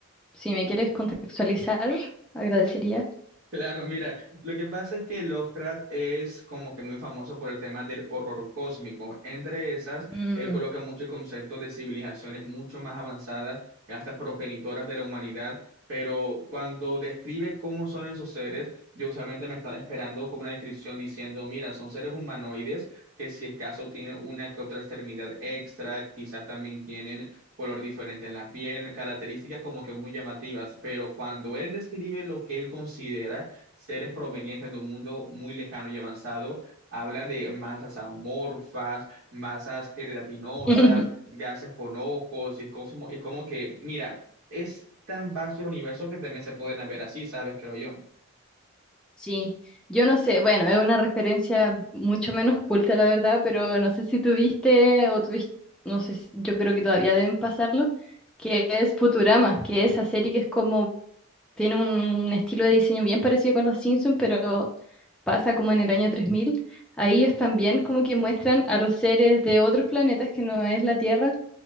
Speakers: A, in the centre; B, on the right (about 55°).
A: si me quieres contextualizar, agradecería.
B: Claro, mira, lo que pasa es que Lovecraft es como que muy famoso por el tema del horror cósmico. Entre esas,
A: Mm.
B: él coloca muchos conceptos de civilizaciones mucho más avanzadas, hasta progenitoras de la humanidad, pero cuando describe cómo son esos seres, yo usualmente me estaba esperando como una descripción diciendo, mira, son seres humanoides que si es caso tienen una que otra extremidad extra, quizás también tienen color diferente en la piel, características como que muy llamativas, pero cuando él describe lo que él considera seres provenientes de un mundo muy lejano y avanzado, habla de masas amorfas, masas gelatinosas,
A: <laughs>
B: gases con ojos, y es como, y es como que, mira, es tan vasto el universo que también se pueden ver así, ¿sabes? Creo yo.
A: Sí, yo no sé, bueno, es una referencia mucho menos culta, la verdad, pero no sé si tuviste o tuviste, no sé, si- yo creo que todavía deben pasarlo, que es Futurama, que es esa serie que es como, tiene un, un estilo de diseño bien parecido con los Simpsons, pero pasa como en el año tres mil, Ahí ellos también como que muestran a los seres de otros planetas que no es la Tierra